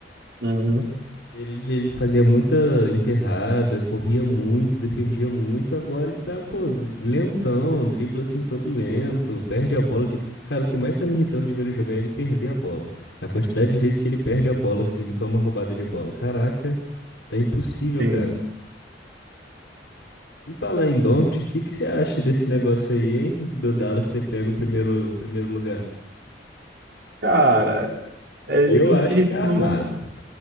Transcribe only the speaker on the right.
Uhum,
sim.
Cara, é
difícil
não.